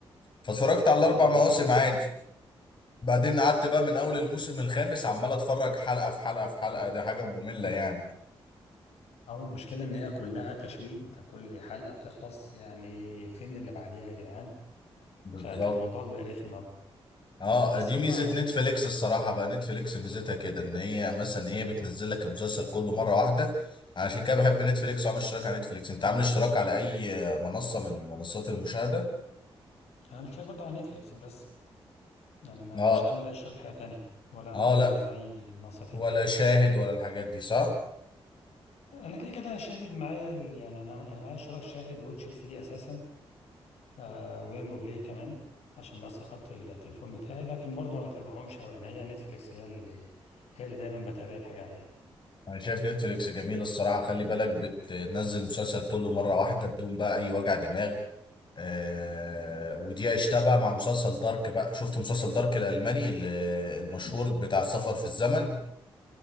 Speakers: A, on the left (about 50°); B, on the left (about 85°).
A: فاتفرجت على الاربع
B: آه، انا
A: مواسم
B: اتفرجت
A: عادي بعدين قعدت بقى من
B: عادي.
A: اول الموسم الخامس عمال اتفرج حلقه في حلقه في حلقه دي حاجه ممله يعني
B: او المشكلة ان هي كلها تشويق انت كل حلقة بتخلص يعني فين اللي بعديها يا جدعان
A: بالظبط
B: فكان الموضوع بيبقى رخم اوي
A: اه
B: بس
A: دي
B: هو
A: ميزه
B: آه،
A: نتفليكس الصراحه بقى نتفليكس ميزتها كده ان هي مثلا ايه بتنزل لك المسلسل كله مره واحده عشان كده بحب نتفليكس وعامل اشتراك على نتفليكس انت عامل اشتراك على اي منصه من منصات المشاهده
B: انا مش شايف برضه على نتفليكس بس يعني ما
A: اه
B: مش عامل اي شغل حاجة تانية ولا
A: اه
B: امازون
A: لا
B: ولا اي منصة تانية
A: ولا شاهد ولا الحاجات دي صح
B: انا كده كده شاهد معايا ال- يعني انا انا معايا اشتراك شاهد واتش 3 اساسا ف... ويانجو بلاي كمان عشان بس خط التليفون بتاعي لكن برضه ما بتابعهمش قوي يعني هي نتفليكس هي اللي هي اللي دايما بتابع الحاجه عليها
A: انا شايف نتفليكس جميل الصراحه خلي بالك بتنزل المسلسل كله مره واحده بدون بقى اي وجع دماغ آه ودي عشتها بقى مع مسلسل دارك بقى شفت مسلسل دارك الالماني اللي- المشهور بتاع السفر في الزمن